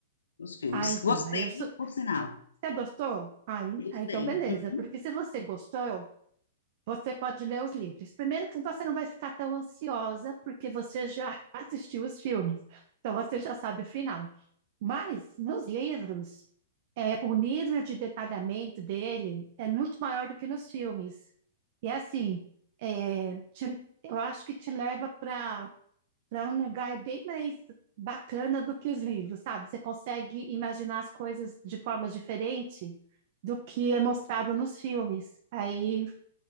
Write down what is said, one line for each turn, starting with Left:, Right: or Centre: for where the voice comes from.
Left: Os filmes.
Right: Ah, então,
Left: Gostei,
Right: mas eu sou...
Left: por sinal.
Right: Você gostou? Ah, en-
Left: Gostei.
Right: ah, então beleza.
Left: Não,
Right: Porque se você gostou, você pode ler os livros. Primeiro que você não vai ficar tão ansiosa, porque você já <laughs> assistiu os filmes. Então você já sabe o final. Mas, nos livros, é, o nível de detalhamento dele é muito maior do que nos filmes. E, assim, é, te- eu acho que te leva para para um lugar bem mais bacana do que os livros, sabe? Você consegue imaginar as coisas de forma diferente do que é mostrado nos filmes. Aí,